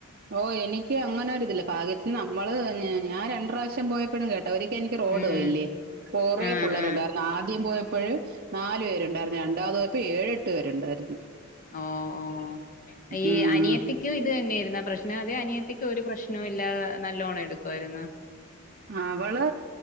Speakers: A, on the right; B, on the left.
A: ഓ എനിക്ക് അങ്ങനെ ഒരി ഇതില്ല പാഗ്യത്തിന് നമ്മള് ഞ ഞാൻ രണ്ട്റാശ്യം പോയപ്പോഴും കേ അവരൊക്കെ എനിക്ക് റോഡ്
B: ഉം
A: പോയില്ലേ കൊറേ
B: ആഹ്
A: പുള്ളേരുണ്ട്
B: ആഹ്
A: ആദ്യം പോയപ്പോഴ് നാലു പേരുണ്ടായിരുന്നു രണ്ടാമത് പോയപ്പോ ഏഴെട്ട് പേരുണ്ടായിരുന്നു.
B: ഓ ഓ ഈ
A: ഉം
B: അനിയത്തിക്കു ഇത് ന്നേരുന്നോ പ്രശ് അതെ അനിയത്തിക്ക് ഒരു പ്രശ്നൂ ഇല്ലാതേ നല്ലോണം എടുക്കുവായിര്ന്നോ.
A: അവള്